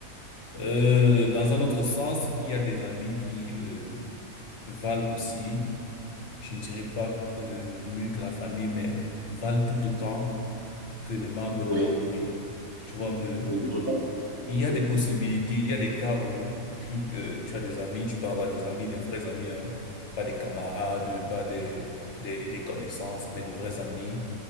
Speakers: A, on the left; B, on the left.
A: euh, dans un autre sens, il y a des amis qui euh, valent aussi. je ne dirais pas euh, mieux que la famille, mais valent tout autant que les membres
B: oui.
A: de la famille. Tu vois un peu?
B: Oui, tout autant.
A: Il y
B: Oui,
A: a des possibilités, il y a des cas où tu, euh, tu as des amis, tu peux avoir des amis, des vrais amis, hein, pas des camarades, pas des, des, des connaissances, mais de vrais amis